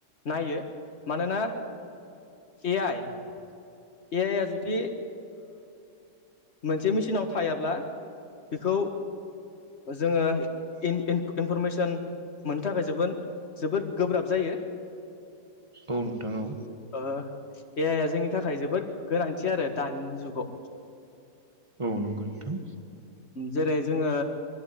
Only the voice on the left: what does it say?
नायो मानोना ए आइ ए आइ ओ जुदि मोनसे मेसिनाव थायाब्ला बेखौ जोङो इन- इनफरमेसन मोननो थाखाय जोबोद जोबोर गोब्राब जायो।
ओ ए आइ आ जोंनि थाखाय जोबोद गोनांथि आरो दानि जुगाव
जेरै जोङो